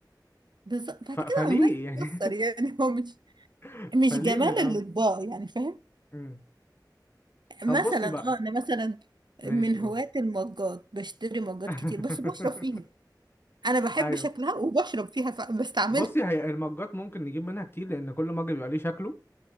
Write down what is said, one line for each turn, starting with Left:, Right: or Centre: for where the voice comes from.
Right: بالظبط
Left: ف...
Right: بعد كده
Left: فليه
Right: هو ما
Left: يعني
Right: يتكسر يعني <laughs> هو مش
Left: <laughs>
Right: مش
Left: فليه
Right: جمال
Left: من الاول
Right: الأطباق يعني فاهم
Left: مم.
Right: مثلا
Left: طب بصي بقى
Right: اه انا مثلا
Left: ماشي
Right: من
Left: قول
Right: هواة المجات بشتري مجات
Left: <laughs>
Right: كتير بس بشرب فيها انا بحب
Left: ايوه
Right: شكلها وبشرب فيها فبستعملها
Left: بصي هي المجات ممكن نجيب منها كتير لان كل مج بيبقى ليه شكله